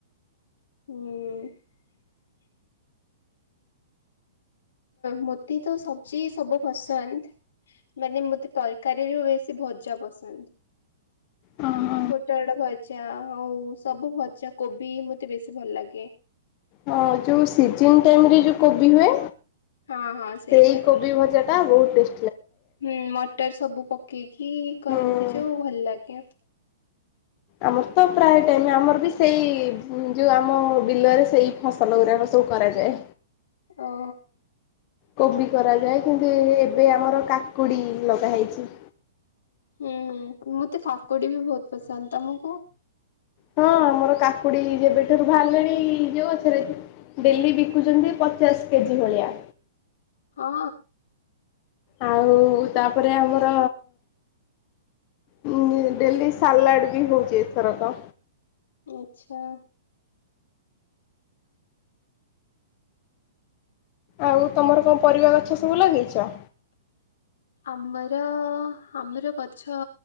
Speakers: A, on the left; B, on the left.
A: ହୁଁ। ମୋତେ ତ ସବଜି ସବୁ ପସନ୍ଦ। ମାନେ ମତେ ତରକାରୀରୁ ବେଶୀ ଭଜା ପସନ୍ଦ।
B: ହଁ।
A: ପୋଟଳ ଭଜା ଆଉ ସବୁ ଭଜା କୋବି ମତେ ବେଶୀ ଭଲ ଲାଗେ।
B: ହଁ ଯୋଉ ସିଜନ ଟାଇମରେ ଯୋଉ କୋବି ହୁଏ।
A: ହଁ ହଁ ସେଇଟା
B: ସେଇ କୋବି ଭଜା ଟା ବହୁତ ଟେଷ୍ଟ୍
A: ହୁଁ ମଟର ସବୁ ପକେଇକି କରନ୍ତି
B: ହୁଁ।
A: ଯୋଉ ଭଲ ଲାଗେ।
B: ଆମର ତ ପ୍ରାୟ ଟାଇମ ଆମର ବି ସେଇ ଯୋଉ ଆମ ବିଲରେ ସେଇ ଫସଲ ଗୁଡାକ। କରାଯ ଯାଏ।
A: ଓ।
B: କୋବି କରାଯାଏ କିନ୍ତୁ ଏବେ ଆମର କାକୁଡି ଲଗା ହେଇଛି।
A: ହୁଁ ହୁଁ ମତେ ଖାଫକୁଡି ବି ବହୁତ ପସନ୍ଦ ତମକୁ।
B: ହଁ ଆମର କାକୁଡି ଯେବେଠାରୁ ବାହାରିଲେଣି ଯୋଉଛରେ ଡେଲି ବିକୁଛନ୍ତି। ପଚସ୍ କେଜି ଭଳିଆ।
A: ହଁ।
B: ଆଉ ତାପରେ ଆମର। ହଁ ଡେଲି ସାଲାଡ ବି ହଉଛିଥର ତ
A: ଆଚ୍ଛା।
B: ଆଉ ତମର କଣ ପରିବା ଗଛ ସବୁ ଲଗେଇଛ।
A: ଆମର ଆମର ଗଛ